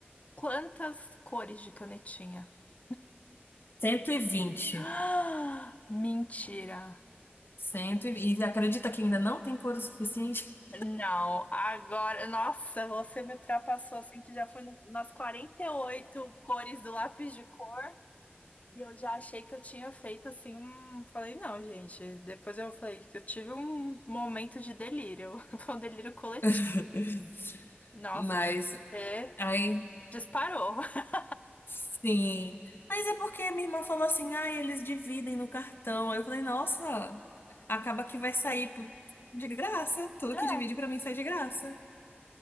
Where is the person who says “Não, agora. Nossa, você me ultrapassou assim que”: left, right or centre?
Left